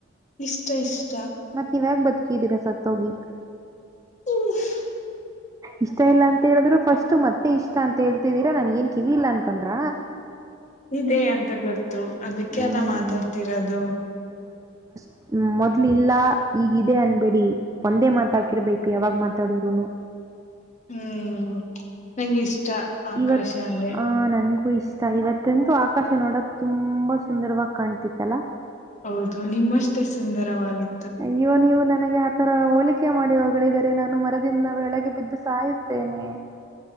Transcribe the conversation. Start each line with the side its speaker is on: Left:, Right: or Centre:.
Left: ಇಷ್ಟ ಇಷ್ಟ
Right: ಮತ್ತ್ ನೀವ್ಯಾಗ ಬದುಕಿದಿರ ಸತೊಗಿ
Left: <inaudible>
Right: ಇಷ್ಟ ಇಲ್ಲ ಅಂತ ಹೇಳಿದ್ರು ಫಸ್ಟ್ ಮತ್ತೆ ಇಷ್ಟ ಅಂತ ಹೇಳಿ ನಂಗೇನು ಕಿವಿ ಇಲ್ಲಾ ಅನ್ಕೊಂಡ್ರ
Left: ಇದೆ ಅಂತ ಗೊತ್ತು ಅದಕ್ಕೆಲ್ಲ
Right: ಹ್ಮ್
Left: ಮಾತಾಡ್ತಿರೋದು
Right: ಹ್ಮ ಮೊದ್ಲು ಇಲ್ಲಾ ಈಗ ಇದೆ ಅನ್ಬೇಡಿ ಒಂದೇ ಮಾತಾಕಿರ್ಬೇಕು ಯಾವಾಗ ಮಾತಾಡುದ್ರುನು
Left: ಹ್ಮ್ ನನಗೆ ಇಷ್ಟ ಆಕಾಶ
Right: ಇವತ್
Left: ಅಂದ್ರೆ
Right: ಆ ನನ್ಗೂ ಇಷ್ಟ ಇವತ್ತಂತೂ ಆಕಾಶ ನೋಡಕ್ ತುಂಬಾ ಸುಂದರವಾಗಿ ಕಾಣ್ತಿತ್ತಲ್ಲ
Left: ಹೌದು ನಿಮ್ಮಷ್ಟೇ ಸುಂದರವಾಗಿದೆ
Right: ಅಯ್ಯೋ ನೀವು ನನಗೆ ಆತರ ಹೋಲಿಕೆ ಮಾಡಿ ಗಳಿದರೆ ನಾನು ಮರದಿಂದ ಬೆಳಗೆ ಬಿದ್ದು ಸಾಯುತ್ತೇನೆ